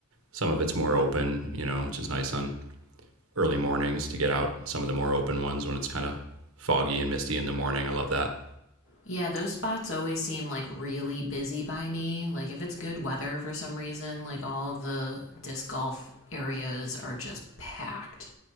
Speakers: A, on the right; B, on the left.
A: some of it's more open. You know, which is nice on early mornings to get out some of the more open ones when it's kind of foggy and misty in the morning. I love that.
B: Yeah, those spots always seem like really busy by me. Like if it's good weather for some reason, like all of the disc golf areas are just packed.